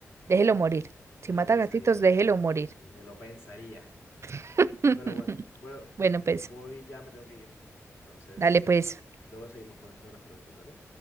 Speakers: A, on the right; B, on the left.
A: Déjelo morir. Si
B: Me
A: mata
B: lo pensaría,
A: gatitos,
B: me
A: déjelo
B: lo pens-
A: morir.
B: me lo pensaría.
A: <laughs>
B: Pero bueno, voy,
A: Bueno, pues,
B: voy, ya me tengo que ir. Entonces,
A: dale pues.
B: luego seguimos con esto de las preguntas, ¿dale?